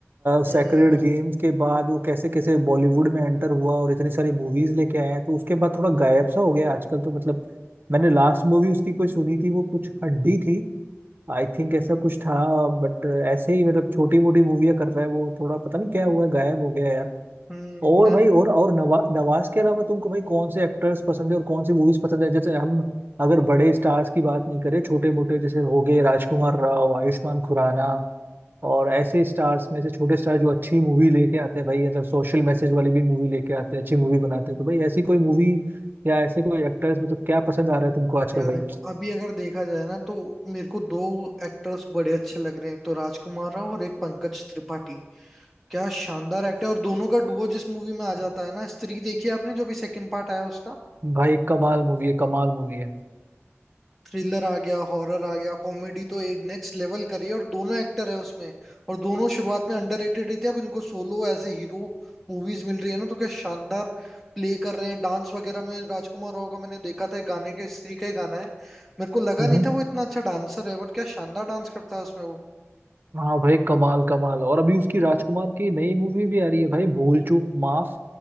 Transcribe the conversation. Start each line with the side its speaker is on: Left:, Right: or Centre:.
Centre: हम्म
Right: सेक्रेड गेम्स के बाद वो कैसे कैसे बॉलीवुड में एंटर हुआ और इतनी सारी मूवीज लेके आया तो उसके बाद थोड़ा गायब सा हो गया आजकल तो मतलब मैंने लास्ट मूवी उसकी कोई सुनी थी वो कुछ हड्डी थी आई थिंक ऐसा कुछ था बट ऐसे ही मतलब छोटी मोटी मूवियाँ कर रहा है वो थोड़ा पता नहीं क्या हुआ गायब हो गया यार
Centre: हम्म
Right: और
Centre: मैम
Right: भाई और और नवा, नवाज के अलावा तुमको भाई कौन से एक्टर्स पसंद है और कौन सी मूवीज पसंद है जैसे हम अगर बड़े स्टार्स की बात नहीं करें छोटे मोटे जैसे हो गए राजकुमार राव आयुष्मान खुराना और ऐसे स्टार्स में से छोटे स्टार जो अच्छी मूवी लेके आते हैं भाई मतलब सोशल मैसेज वाली भी मूवी लेके आते हैं अच्छी मूवी बनाते हैं तो भाई ऐसी कोई मूवी या ऐसे कोई एक्टर्स मतलब क्या पसंद आ रहा है तुमको आजकल
Centre: यार
Right: भाई
Centre: देखो अभी अगर देखा जाए ना तो मेरे को दो एक्टर्स बड़े अच्छे लग रहे हैं एक तो राजकुमार राव और एक पंकज त्रिपाठी क्या शानदार एक्ट है और दोनों का डुओ जिस मूवी में आ जाता है ना स्त्री देखी है आपने जो भी सेकंड पार्ट आया उसका
Right: भाई कमाल मूवी है कमाल मूवी
Centre: थ्रिलर आ गया हॉरर आ गया कॉमेडी तो एक नेक्स्ट लेवल करी है और दोनों एक्टर है उसमें और दोनों शुरुआत में अंडररेटेड ही थे अब इनको solo as a hero movies मिल रही है ना तो क्या शानदार प्ले कर रहे हैं डांस वगैरह में राजकुमार राव का मैंने देखा था एक गाने के स्त्री का ही गाना है मेरे को लगा
Right: है
Centre: नहीं था वो इतना अच्छा डांसर है बट क्या शानदार डांस करता है उसमें वो
Right: हाँ भाई कमाल कमाल और अभी उसकी राजकुमार की नई मूवी भी आ रही है भाई भूल चूक माफ